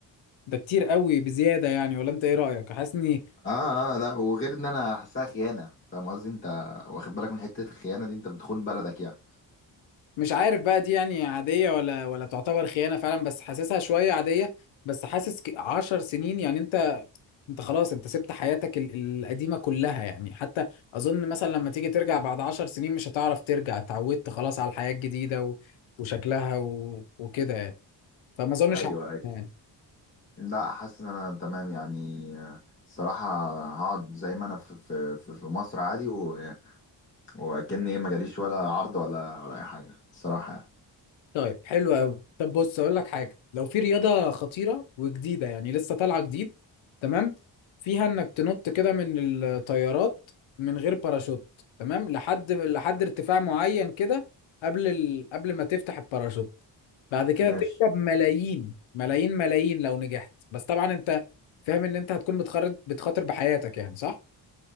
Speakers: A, on the left (about 85°); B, on the left (about 25°).
A: ده كتير قوي بزياده يعني ولا انت ايه رايك حاسس اني
B: اه اه لا وغير ان انا حاسسها خيانه فاهم قصدي انت واخد بالك من حته الخيانه دي انت بتخون بلدك يعني
A: مش عارف بقى دي يعني عاديه ولا ولا تعتبر خيانه فعلا بس حاسسها شويه عاديه بس حاسس ك- عشر سنين يعني انت انت خلاص انت سبت حياتك ال- القديمة كلها يعني حتى اظن مثلا لما تيجي ترجع بعد عشر سنين مش هتعرف ترجع اتعودت خلاص على الحياة الجديدة و... وشكلها و... وكده يعني فما اظنش
B: ايوه
A: هعمل
B: ايوه
A: يعني
B: لا حاسس ان انا تمام يعني آه، الصراحه هقعد زي ما انا في في في في مصر عادي و... وكأني ايه ما جاليش ولا عرض ولا ولا اي حاجه الصراحه يعني
A: طيب حلو قوي طب بص اقول لك حاجه لو في رياضه خطيره وجديده يعني لسه طالعه جديد تمام فيها انك تنط كده من الطيارات من غير باراشوت تمام لحد لحد ارتفاع معين كده قبل ال... قبل ما تفتح الباراشوت بعد كده
B: ماشي
A: تكسب ملايين ملايين ملايين لو نجحت بس طبعا انت فاهم ان انت هتكون بتخرج بتخاطر بحياتك يعني صح